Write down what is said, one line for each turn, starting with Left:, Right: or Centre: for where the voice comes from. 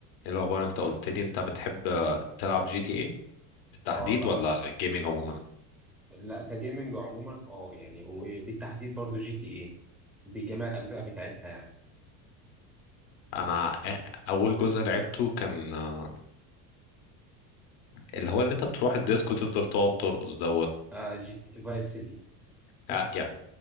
Left: ايه الاخبار انت قلت لي انت بتحب تلعب جي تي ايه بالتحديد
Centre: اه بلعب
Left: ولا الجيمنج عموما
Centre: لا كجيمنج عموما اه يعني وبالتحديد برضو جي تي ايه بجميع الاجزاء بتاعتها يعني
Left: انا آ- اول جزء لعبته كان آه، اللي هو اللي انت بتروح الديسك وتفضل تقعد ترقص دوت
Centre: آه جي تي فايس سيتي <laughs>
Left: آه يا